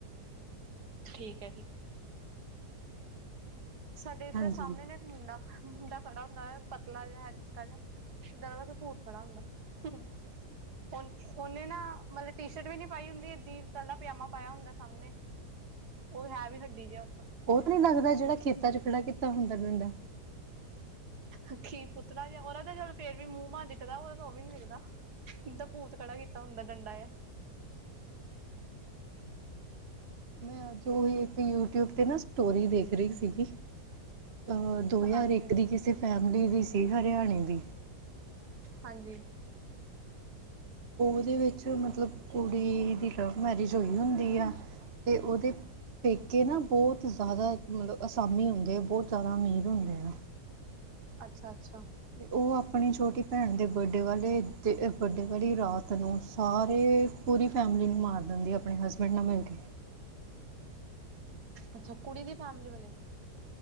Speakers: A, on the right; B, on the right.
A: ਠੀਕ ਹੈ, ਠੀਕ ਹੈ। ਸਾਡੇ ਤੇ
B: ਹਾਂਜੀ।
A: ਸਾਹਮਣੇ ਨੇ ਇੱਕ ਮੁੰਡਾ ਮੁੰਡਾ ਖੜਾ ਹੁੰਦਾ ਪਤਲਾ ਜਿਹਾ, ਹੈ ਨਿੱਕਾ ਜਿਹਾ, ਇੱਦਾਂ ਲੱਗਦਾ ਕੋਈ ਭੂਤ ਖੜਾ ਹੈ। ਹਮ, ਉਹਨੇ ਨਾ ਮਤਲਬ ਟੀ ਸ਼ਰਟ ਵੀ ਨਹੀਂ ਪਾਈ ਹੁੰਦੀ। ਗ੍ਰੀਨ ਵਾਲਾ ਪਜਾਮਾ ਪਾਇਆ ਹੁੰਦਾ। ਸਾਹਮਣੇ ਉਹ ਹੈ ਵੀ ਹੱਡੀ ਜਿਹਾ
B: ਉਹ ਤਾਂ ਨੀ ਲੱਗਦਾ। ਜਿਹੜਾ ਖੇ <unintelligible> ਚ ਖੜਾ ਕੀਤਾ ਹੁੰਦਾ ਡੰਡਾ।
A: ਅੱਖੀ ਪੁਤਲਾ ਜ ਉਹ ਤਾਂ ਚਲ ਫੇਰ ਵੀ ਮੂੰਹ ਮਾਂ ਦਿਖਦਾ ਉਹਦਾ ਵਾ, ਉਹ ਵੀ ਨੀ ਦਿਖਦਾ। ਜਿੱਦਾਂ ਭੂਤ ਖੜਾ ਕੀਤਾ ਹੁੰਦਾ। ਡੰਡਾ ਆ
B: ਮੈਂ ਅੱਜ ਓਹੀ ਇੱਕ ਯੂਟਿਊਬ ਤੇ ਨਾ ਸਟੋਰੀ ਦੇਖ ਰਹੀ ਸੀਗੀ। ਅ ਦੋ ਹਜ਼ਾਰ
A: ਹਾਂਜੀ
B: ਇੱਕ
A: ਹਾਂਜੀ
B: ਦੀ ਕਿਸੇ ਫੈਮਿਲੀ ਦੀ ਸੀ। ਹਨ <unintelligible> ਦੀ।
A: ਹਾਂਜੀ।
B: ਉਹਦੇ ਵਿੱਚ ਮਤਲਬ ਕੁੜੀ ਦੀ ਲਵ ਮੈਰਿਜ ਹੋਈ ਹੁੰਦੀ ਆ। ਤੇ ਉਹਦੇ ਪੇਕੇ ਨਾ ਬਹੁਤ ਜ਼ਿਆਦਾ ਮਤਲਬ ਅਸਾਮੀ ਹੁੰਦੇ ਹੈ, ਬਹੁਤ ਜ਼ਿਆਦਾ ਅਮੀਰ ਹੁੰਦੇ ਆ।
A: ਅੱਛਾ-ਅੱਛਾ।
B: ਅਤੇ ਉਹ ਆਪਣੀ ਛੋਟੀ ਭੈਣ ਦੇ ਬਰਡੇ ਵਾਲੇ, ਬਰਡੇ ਵਾਲੀ ਰਾਤ ਨੂੰ ਸਾਰੇ ਪੂਰੀ ਫੈਮਲੀ ਨੂੰ ਮਾਰ ਦਿੰਦੀ ।ਆਪਣੇ ਹਸਬੈਂਡ ਨਾਲ ਮਿਲ ਕੇ
A: ਅੱਛਾ। ਕੁੜੀ ਦੀ ਫੈਮਲੀ ਵਾਲੇ